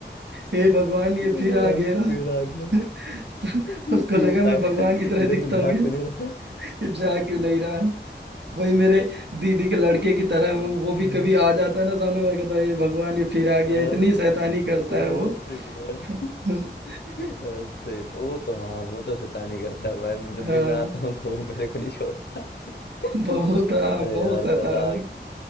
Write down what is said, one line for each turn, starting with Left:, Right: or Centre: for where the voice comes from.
Right: हे भगवान ये
Left: भगवान
Right: फिर आ गया <laughs>
Left: फिर आ गया
Right: तो
Left: <laughs> ये
Right: उसको
Left: क्यों
Right: लगा
Left: आया
Right: मैं भगवान की तरह
Left: इधर
Right: दिखता
Left: से जा
Right: हूँ क्या?
Left: क्यों नहीं रहा
Right: ये जा क्यों नहीं रहा वही मेरे दीदी के लड़के
Left: हम्म,
Right: की तरह वो वो भी कभी आ जाता है ना सामने मैं कहता हूँ ये भगवान ये फिर आ गया
Left: हाँ,
Right: इतनी शैतानी करता
Left: ए,
Right: है वो
Left: ए भगवान
Right: <laughs>
Left: हाँ, सही वो तो हाँ वो तो शैतानी करता है भाई जब
Right: हाँ,
Left: भी मैं आता हूँ तो वो मेरे को नहीं छोड़ता <laughs>
Right: बहुत हाँ
Left: अरे
Right: बहुत
Left: यार
Right: शैतान
Left: मजा आ गया